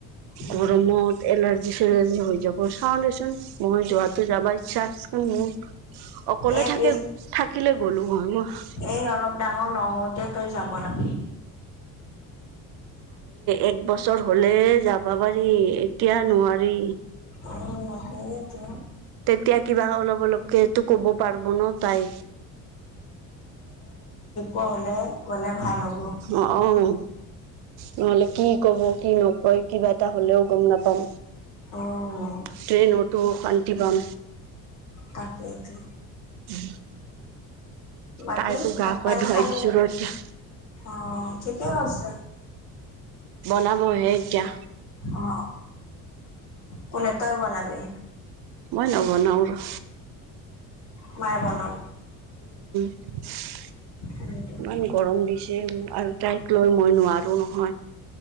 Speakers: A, on the left (about 75°); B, on the right (about 65°).
A: উম
B: গৰমত এলাৰ্জি চেলাৰজি হৈ যাব চাওঁ দেচোন মই যোৱ যাব ইচ্ছা আছে মোৰ অকলে
A: এক
B: থাকে
A: ইজ
B: থাকিলে গ'লো হয় মই
A: এই অলপ ডাঙৰ নহওঁতে তই যাব লাগে
B: এক বছৰ হলে যাবা পাৰি এতিয়া নোৱাৰি
A: অ হয়ে তো
B: তেতিয়া কিবা অলপ অলপ কে তো ক'ব। পাৰিব ন তাই?
A: পাহৰি গ'লে ভাল হ'ব।
B: অ অ নহ'লে কি ক'ব কি নকয় কিবা এটা হ'লেও গম নাপাম?
A: উম,
B: ট্ৰেইনতো শান্তি পাম।
A: তাকেতি
B: উম
A: বাকী
B: তাইকো গা
A: ভাত
B: পা
A: পানী
B: ধুৱাই
A: খালি
B: দিছো
A: নি?
B: ৰ এতিয়া।
A: অ ঠিকেই কছে।
B: বনাব সে এতিয়া।
A: অ অ। কোনে তই বনাবি?
B: মই নবনাওঁ আৰু।
A: মাই বনাব।
B: ইমান
A: উম,
B: গৰম বিষ। আৰু তাইক লৈ মই নোৱাৰো নহয়।